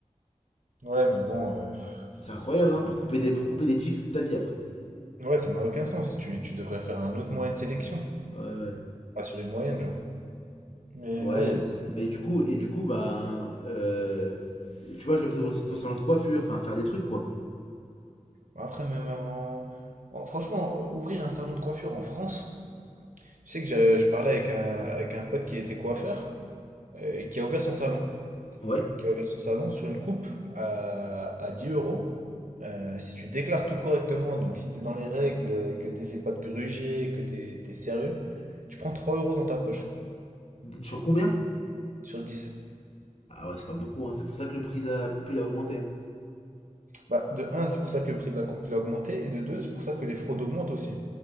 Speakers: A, on the right (about 80°); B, on the left (about 55°).
A: Ouais, mais bon, euh,
B: C'est incroyable,
A: ça-
B: hein, pour couper des, pour couper des tifs toute ta vie après.
A: Ouais, ça n'a aucun sens. Tu, tu devrais faire un autre moyen de sélection.
B: Ouais, ouais.
A: Pas sur une moyenne, genre. Mais
B: Ouais,
A: ouais.
B: mais du coup, et du coup, bah euh, tu vois, je vais peut-être dans ton salon de coiffure, enfin, faire des trucs, quoi.
A: Après, même en... en- Franchement, ouvrir un salon de coiffure en France. Tu sais que j'ai- je parlais avec un, avec un pote qui était coiffeur euh, et qui a ouvert son salon.
B: Ouais.
A: Qui a ouvert son salon sur une coupe à, à 10 euros. Euh, si tu déclares tout correctement, donc si tu es dans les règles, et que tu n'essaies pas de gruger, que tu es, sérieux, tu prends 3 euros dans ta poche
B: Sur combien?
A: sur 10.
B: Ah ouais, c'est pas beaucoup, hein. C'est pour ça que le prix de la coupe, il a augmenté, hein.
A: Bah, de un, c'est pour ça que le prix de la coupe il a augmenté, et de deux, c'est pour ça que les fraudes augmentent aussi.